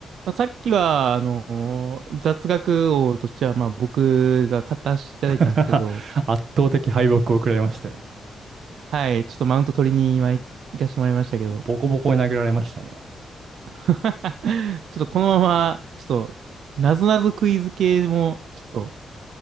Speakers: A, on the right (about 80°); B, on the right (about 60°).
A: まあ、さっきは、あのー雑学王としては、まあ、僕が語らせていただいたんですけど、
B: <laughs> 圧倒的敗北を食らいましたよ。
A: はい、ちょっとマウント取りに今い行かしてもらいましたけど、
B: ボコボコに投げられましたね。
A: <laughs> ちょっとこのまま、ちょっと、なぞなぞクイズ系も、ちょっと、